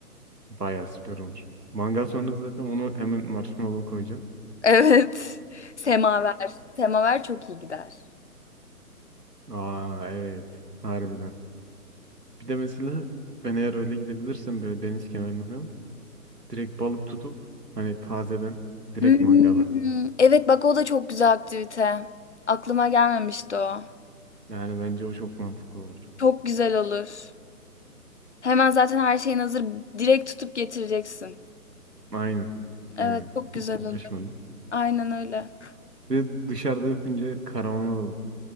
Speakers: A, on the right; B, on the left.
A: Bayağı süper olur. Mangal sonrası zaten onu hemen marshmallow koyacağım.
B: Evet. <laughs> Semaver. Semaver çok iyi gider.
A: Aa evet. Harbiden. Bir de mesela ben eğer öyle gidebilirsem böyle deniz kenarına falan direkt balık tutup hani tazeden direkt
B: Hmm,
A: mangala.
B: Evet bak o da çok güzel aktivite. Aklıma gelmemişti o.
A: Yani bence o çok mantıklı olur.
B: Çok güzel olur. Hemen zaten her şeyin hazır. Direkt tutup getireceksin.
A: Aynen.
B: Evet
A: Aynen.
B: çok güzel
A: Hiç uğraşmadım.
B: olur. Aynen öyle.
A: Ve dışarıda yapınca karavana da